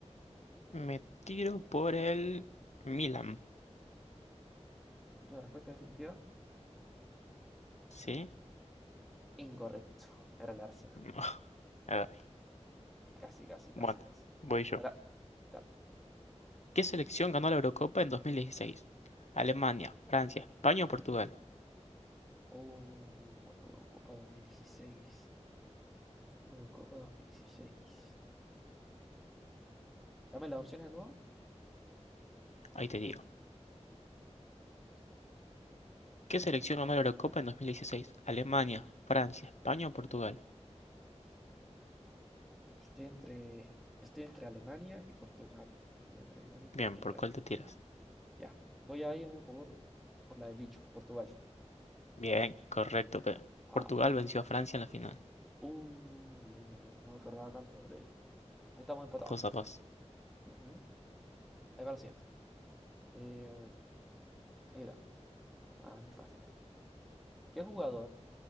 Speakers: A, on the left (about 75°); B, in the centre.
A: Me tiro por el Milan.
B: Última respuesta definitiva.
A: ¿Sí?
B: Incorrecto. Era el Arsenal.
A: <laughs> Ay,
B: Casi, casi, casi,
A: Bueno,
B: casi.
A: voy yo.
B: Era. Dale.
A: ¿Qué selección ganó la Eurocopa en 2016? Alemania, Francia, España o Portugal.
B: Oh, Eurocopa 2016. Eurocopa 2016. Dame las opciones de nuevo.
A: Ahí te digo. ¿Qué selección ganó la Eurocopa en 2016? Alemania, Francia, España o Portugal.
B: Estoy entre, estoy entre Alemania y Portugal. Estoy entre Alemania y
A: Bien,
B: Portugal.
A: ¿por cuál te tiras?
B: Ya, voy a irme por, por la del bicho, Portugal.
A: Bien, correcto, pero
B: Wow.
A: Portugal venció a Francia en la final.
B: Uh, bien, bien, bien. no me acordaba tanto, pero bien. Ahí estamos empatados.
A: 2 a 2.
B: Ujú. Ahí va la siguiente. Eh, ahí está. Ah, es muy fácil esto. ¿Qué jugador